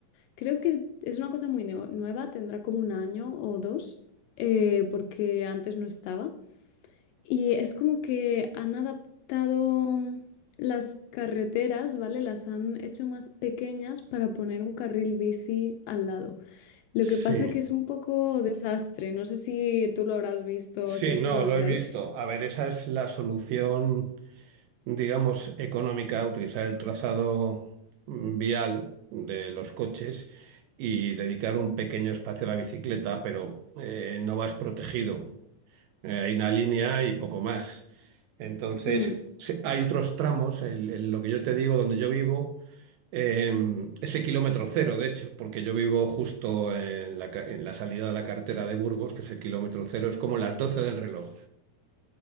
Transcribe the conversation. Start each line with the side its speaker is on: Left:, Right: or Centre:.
Left: creo que es una cosa muy neo- nueva, tendrá como un año o dos, eh, porque antes no estaba. Y es como que han adaptado las carreteras, ¿vale? Las han hecho más pequeñas para poner un carril bici al lado. Lo
Right: Sí,
Left: que pasa que es un poco desastre. No sé si tú lo habrás visto
Right: sí,
Left: o si has
Right: no,
Left: pasado
Right: lo
Left: por
Right: he visto.
Left: ahí.
Right: A ver, esa es la solución, digamos, económica, utilizar el trazado mm, vial de los coches y dedicar un pequeño espacio a la bicicleta, pero eh, no vas protegido. Eh, hay una línea y poco más. Entonces,
Left: Mm,
Right: sí, hay otros tramos, el- el- lo que yo te digo, donde yo vivo. Eh, es el kilómetro cero, de hecho, porque yo vivo justo en la, ca- en la salida de la carretera de Burgos, que es el kilómetro cero, es como las 12 del reloj,